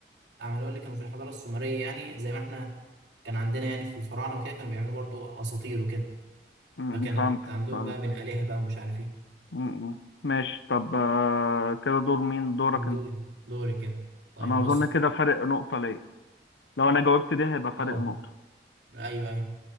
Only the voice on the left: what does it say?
مم.
فهمتك
فهمت
مم. مم. ماشي طب آه، كده دور مين دورك
انا
اظن كده فرق نقطة ليا لو انا جاوبت دي هيبقى فرق
نقطة